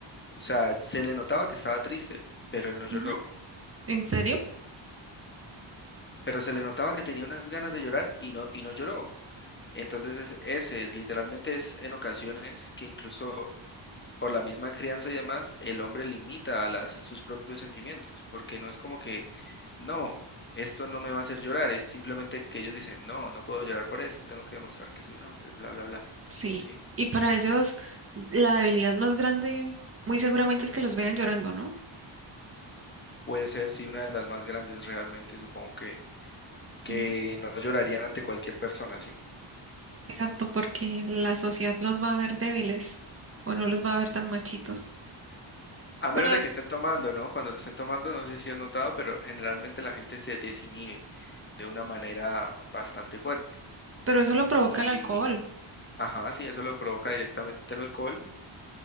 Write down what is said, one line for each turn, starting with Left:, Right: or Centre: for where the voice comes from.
Left: o sea, se le notaba que estaba triste, pero él no lloró.
Right: ujú. ¿En serio?
Left: Pero se le notaba que tenía unas ganas de llorar y no, y no lloró. Entonces es ese, literalmente es en ocasiones que incluso por la misma crianza y demás, el hombre limita a las, sus propios sentimientos, porque no es como que, no, esto no me va a hacer llorar, es simplemente que ellos dicen, no, no puedo llorar por esto, tengo que demostrar que soy un hombre, bla, bla, bla.
Right: Sí.
Left: ¿Sí?
Right: Y para ellos la debilidad más grande muy seguramente es que los vean llorando, ¿no?
Left: Puede ser, sí, una de las más grandes realmente, supongo que, que
Right: Ujú.
Left: no llorarían ante cualquier persona, ¿sí?
Right: Exacto, porque la sociedad los va a ver débiles o no los va a ver tan machitos.
Left: A
Right: Pero,
Left: menos de que estén tomando, ¿no? Cuando estén tomando, no sé si has notado, pero generalmente la gente se desinhibe de una manera bastante fuerte.
Right: pero eso lo provoca
Left: Y,
Right: el alcohol.
Left: ajá, sí, eso lo provoca directamente el alcohol,